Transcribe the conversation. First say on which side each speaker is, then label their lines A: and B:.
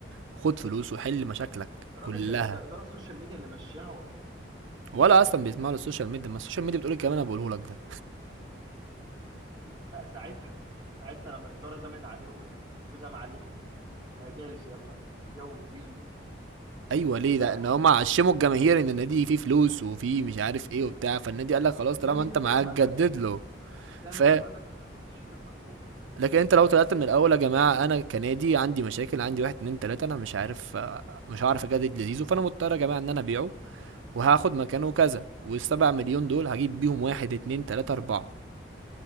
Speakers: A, on the right; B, on the right.
A: خد فلوس وحل مشاكلك
B: يا راجل
A: كلها
B: ده ده اداره السوشيال ميديا اللي ماشياها والله
A: ولا اصلا بيسمعوا للسوشيال ميديا ما السوشيال ميديا بتقول الكلام اللي انا بقوله لك ده
B: لا ساعتها ساعتها لما الاداره زمت عليهم لما الجمهور زم عليهم ما كانوا هيبيعوا زي ما كانوا هيبيعوا زيزو
A: ايوه ليه
B: فاهم
A: لان
B: قصدي
A: هم عشموا الجماهير ان النادي فيه فلوس وفيه مش عارف ايه وبتاع فالنادي قال لك خلاص
B: اه
A: طالما
B: زي ميدو
A: انت معاك
B: كده لما
A: جدد
B: قال لك احنا
A: له
B: زي
A: ف
B: ما ميدو قال لك احنا عندنا شيكات مفتوحه
A: لكن انت لو طلعت من الاول يا جماعه انا كنادي عندي مشاكل عندي واحد اتنين تلاته انا مش عارف مش هعرف اجدد لزيزو فانا مضطر يا جماعه ان انا ابيعه وهاخد مكانه كذا والسبع مليون دول هجيب بيهم واحد اتنين تلاتة اربعة